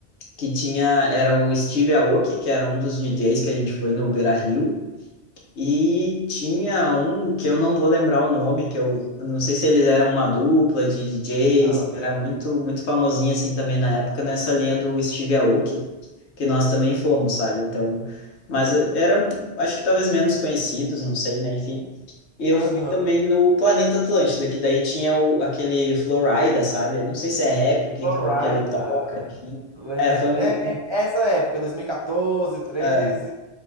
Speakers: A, on the left; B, on the right.
A: Que tinha, era o Steve Aoki, que era um dos DJs que a gente foi no Beira-Rio. E tinha um que eu não vou lembrar o nome, que eu, eu não sei se eles eram uma dupla de DJs,
B: aham,
A: que era muito muito famosinho assim também na época, nessa linha do Steve Aoki, que nós também fomos, sabe? Então, mas eh, eram, acho que talvez menos conhecidos, não sei, né? Enfim. E eu
B: aham.
A: fui também no Planeta Atlântida, que daí tinha o, aquele Flowrider, sabe? Eu Não sei se é rap, o que,
B: Florida,
A: que é que ele toca, enfim.
B: lembro.
A: É, foi um,
B: É, é
A: um-
B: essa época, 2014, treze
A: é,